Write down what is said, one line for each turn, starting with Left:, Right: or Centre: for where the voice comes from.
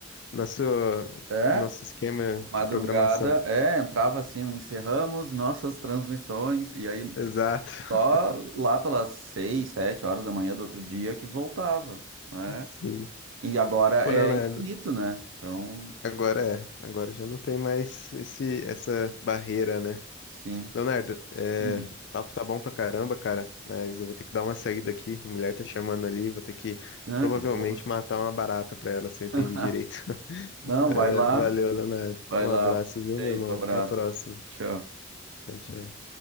Left: nosso,
Right: é.
Left: nosso esquema
Right: Madrugada,
Left: de programação.
Right: é, entrava assim, o encerramos nossas transmissões, e aí
Left: Exato.
Right: só lá pelas seis, sete horas da manhã do outro dia que voltava, né?
Left: <laughs> Sim.
Right: E agora
Left: Pô,
Right: é
Left: Leonardo,
Right: infinito, né? Então.
Left: agora é, agora já não tem mais esse, essa barreira, né?
Right: Sim.
Left: Leonardo, é,
Right: Hum.
Left: o papo tá bom pra caramba, cara, mas eu vou ter que dar uma saída aqui. A mulher tá chamando ali, vou ter que
Right: Ah,
Left: provavelmente
Right: de boa.
Left: matar uma barata pra ela, se eu
Right: <laughs>
Left: entendi direito. <laughs>
Right: Não,
Left: É,
Right: vai lá.
Left: valeu, Leonardo.
Right: Vai
Left: Um
Right: lá.
Left: abraço, viu,
Right: Feito,
Left: meu irmão?
Right: abraço.
Left: Até a próxima.
Right: Tchau.
Left: Tchau, tchau.